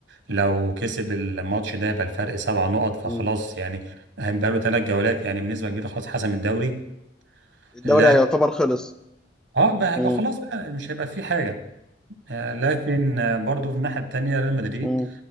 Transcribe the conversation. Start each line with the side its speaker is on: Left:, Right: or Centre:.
Right: لو كسب الماتش ده يبقى الفرق سبع نقط فخلاص
Centre: مم.
Right: يعني هيبقى له ثلاث جولات يعني بنسبة كبيرة خلاص حسم الدوري
Centre: الدوري
Right: لكن
Centre: يعتبر خلص
Right: اه بقى
Centre: مم.
Right: بقى خلاص بقى مش هيبقى في حاجة آه، لكن آه، برضو في الناحية التانية ريال مدريد
Centre: مم.